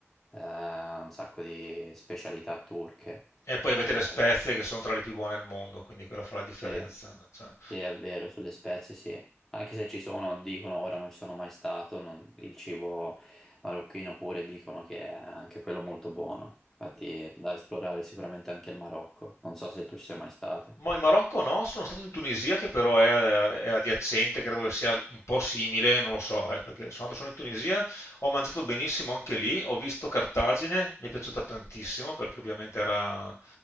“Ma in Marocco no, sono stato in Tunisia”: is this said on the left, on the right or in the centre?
Left